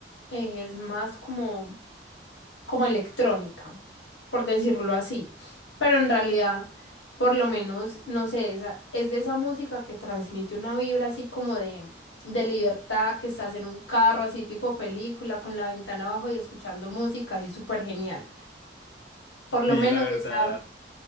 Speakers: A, on the left; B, on the left.
A: eh, es más como como electrónica, por decirlo así. Pero en realidad, por lo menos, no sé, esa, es de esa música que transmite una vibra así como de, de libertad, que estás en un carro así tipo película, con la ventana abajo y escuchando música así súper genial. Por lo
B: Sí,
A: menos
B: la verdad.
A: esa,